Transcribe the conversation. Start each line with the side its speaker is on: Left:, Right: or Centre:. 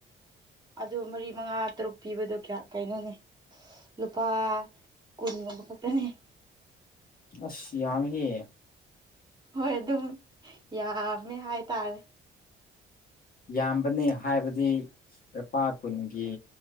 Right: ꯑꯗꯨ ꯃꯔꯤ ꯃꯉꯥ ꯇꯔꯨꯛ ꯄꯤꯕꯗꯣ ꯀꯌꯥ ꯀꯩꯅꯣꯅꯦ ꯂꯨꯄꯥ ꯀꯨꯟꯒꯨꯝꯕ ꯈꯛꯇꯅꯦ
Left: ꯑꯁ ꯌꯥꯝ ꯍ
Right: ꯍꯣꯏ ꯑꯗꯨꯝ ꯌꯥꯝꯃꯦ ꯍꯥꯏꯇꯥꯔꯦ
Left: ꯌꯥꯝꯕꯅꯤ ꯍꯥꯏꯕꯗꯤ ꯂꯨꯄꯥ ꯀꯨꯟꯒꯤ